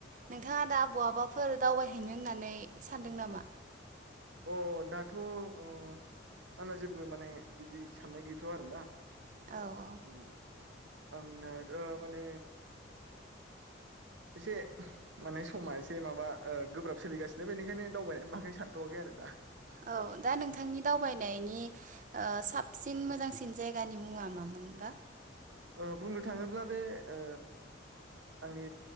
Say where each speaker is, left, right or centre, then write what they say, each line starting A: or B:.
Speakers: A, on the right; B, on the right.
A: नोंथाङा दा बहाबाफोर दावबायहैनो होननानै सानदों नामा?
B: अ दा थ' अ आंना जेबो माने बिदि साननाय गैथया आरो ना।
A: औ औ
B: उम आंना ओ माने एसे माने समा एसे माबा गोब्राब सोलिगासिनो बेनिखायनो दावबायनायनि बागै सानथ'वाखै आरो दा।
A: औ दा नोंथांनि दावबायनायनि ओ साबसिन मोजांसिन जायगानि मुङा मामोनबा?
B: ओ बुंनो थाङोब्ला बे ओ आंनि